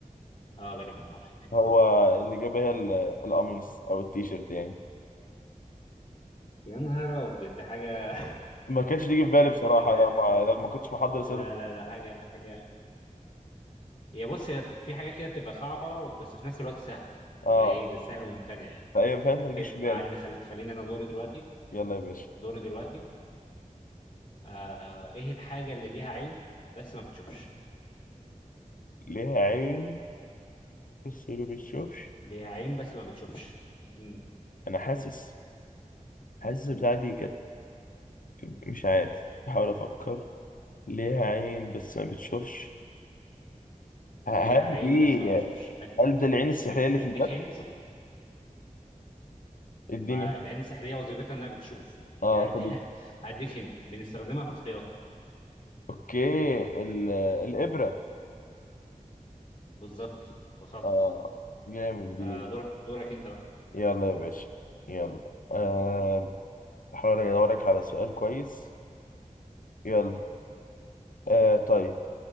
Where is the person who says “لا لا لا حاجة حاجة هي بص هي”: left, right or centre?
Left